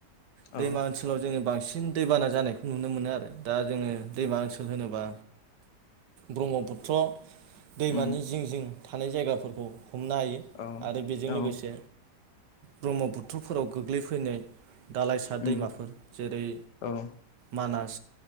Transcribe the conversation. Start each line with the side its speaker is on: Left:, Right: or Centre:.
Right: दैमा
Left: औ
Right: ओनसोलाव जोङो बांसिन। सिन दैबाना जानायखौ नुनो मोनो आरो। दा जोङो दैमा ओनसोल होनोबा। ब्रह्मपुत्र दैमानि
Left: उम
Right: जिं जिं थानाय जायगाफोर। उ हमनो हायो
Left: औ
Right: आरो बेजों लोगोसे।
Left: औ
Right: ब्रह्मपुत्रफोराव गोग्लैफैनाय। दालाइसा
Left: उम
Right: दैमाफोर जेरै
Left: औ
Right: मानास